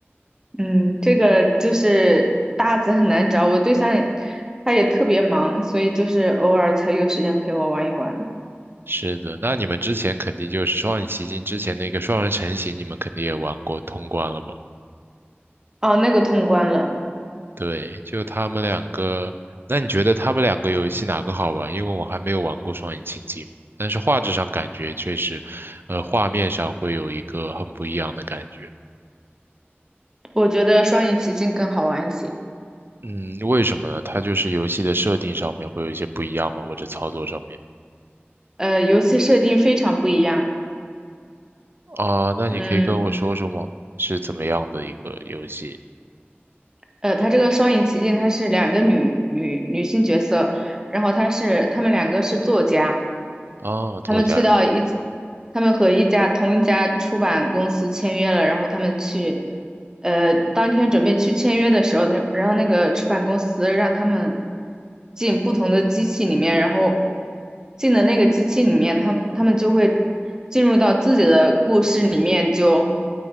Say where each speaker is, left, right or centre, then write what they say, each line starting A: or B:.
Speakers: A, on the right; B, on the right.
A: 嗯，这个就是搭子很难找，我对象他也特别忙，所以就是偶尔才有时间陪我玩一玩。
B: 是的，那你们之前肯定就是《双影奇境》之前那个双人成行，你们肯定也玩过通关了吧？
A: 哦，那个通关了，
B: 对，就他们两个。那你觉得他们两个游戏哪个好玩？因为我还没有玩过双引擎机，但是画质上感觉确实，呃，画面上会有一个很不一样的感觉。
A: 我觉得《双影奇境》更好玩一些。
B: 嗯，为什么呢？它就是游戏的设定上面会有一些不一样吗？或者操作上面
A: 呃，游戏设定非常不一样。
B: 啊，那你可以跟我说说吗？
A: 嗯，
B: 是怎么样的一个游戏
A: 呃，它这个《双影奇境》它是两个女女女性角色，然后她是她们两个是作家。
B: 啊？作家
A: 他们去到一起他们和一家同一家出版公司签约了，然后他们去，呃，当天准备去签约的时候，那然后那个出版公司让他们进不同的机器里面，然后进的那个机器里面，他他们就会进入到自己的故事里面就